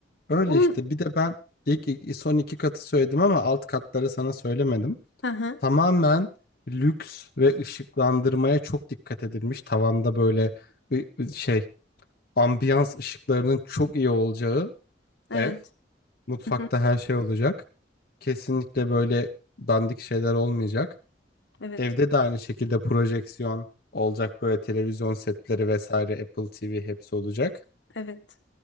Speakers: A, on the left; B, on the left.
A: Öyle
B: Onun
A: işte bir de ben ilk ilk- son iki katı söyledim ama alt katları sana söylemedim.
B: hı hı
A: Tamamen lüks ve ışıklandırmaya çok dikkat edilmiş. Tavanda böyle ı- ı- şey ambiyans ışıklarının çok iyi olacağı
B: evet.
A: ev. Mutfakta
B: Hı hı
A: her şey olacak. Kesinlikle böyle dandik şeyler olmayacak.
B: evet.
A: Evde de aynı şekilde projeksiyon olacak böyle televizyon setleri vesaire Apple TV hepsi olacak.
B: Evet.